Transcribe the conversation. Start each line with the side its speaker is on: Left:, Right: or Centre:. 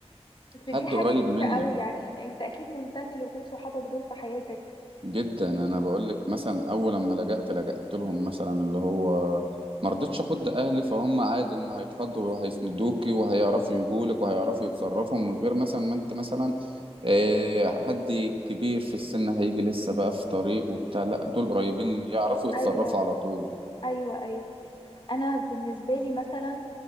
Left: بس
Right: حد
Left: دي حاجة
Right: قريب
Left: كبيرة
Right: منك
Left: قوي يعني انت اكيد ممتن لوجود صحابك دول في حياتك
Right: جدا انا بقول لك مثلا اول لما لجأت لجأت لهم مثلا اللي هو ما رضيتش اخد اهلي فهم عادي هم هيتخضوا وهيسندوكي وهيعرفوا يجولك وهيعرفوا يتصرفوا من غير مثلا ما انت مثلا آه، حد كبير في السن هيجي لسه بقى في طريق وبتاع لا دول قريبين يعرفوا يتصرفوا
Left: ايوه
Right: على طول
Left: ايوه ايوه انا بالنسبة لي مثلا